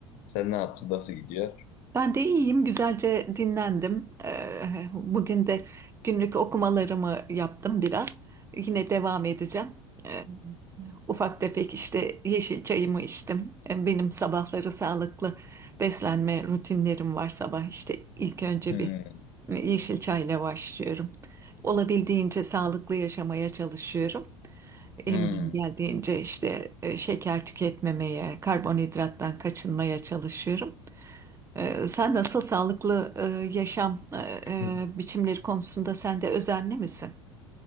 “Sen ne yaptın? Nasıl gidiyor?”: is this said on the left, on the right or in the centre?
Left